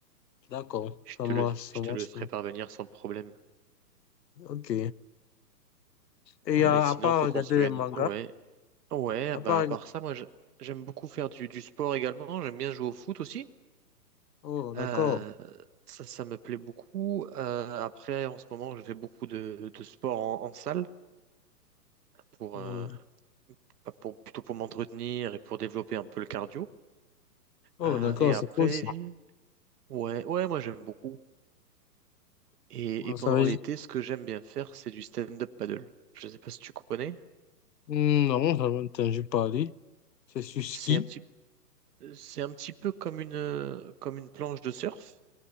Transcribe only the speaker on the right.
Je
te
le,
je
te le ferai parvenir sans problème.
Ah,
Et sinon,
faut
qu'on s'organise.
Ouais, ouais.
Bah
à part
ça, moi, je- j'aime beaucoup faire du, du sport également. J'aime bien jouer au foot aussi.
Euh, ça, ça me plaît beaucoup. Euh, après, en ce moment, je fais beaucoup de, de sport en, en salle pour,
euh, Bah, pour, plutôt pour m'entretenir et pour développer un peu le cardio.
Euh,
et après,
ouais, ouais, moi j'aime beaucoup. Et,
et pendant
l'été, ce que j'aime bien faire, c'est du stand-up paddle. Je ne sais pas si tu connais.
C'est un petit, c'est un petit peu comme une, euh, comme une planche de surf,